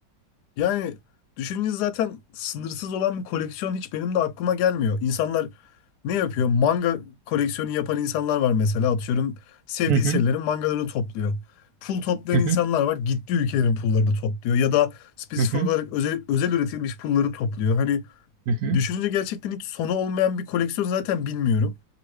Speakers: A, on the left (about 70°); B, on the right (about 70°).
A: Yani düşününce zaten sınırsız olan bir koleksiyon hiç benim de aklıma gelmiyor. İnsanlar ne yapıyor? Manga koleksiyonu yapan insanlar var mesela. Atıyorum sevdiği
B: Hı hı,
A: serilerin mangalarını topluyor. Pul toplayan
B: hı hı,
A: insanlar var. Gittiği ülkelerin pullarını topluyor. Ya da spesifik
B: hı hı,
A: olarak özel, özel üretilmiş pulları topluyor. Hani
B: hı hı,
A: düşününce gerçekten hiç sonu olmayan bir koleksiyon zaten bilmiyorum.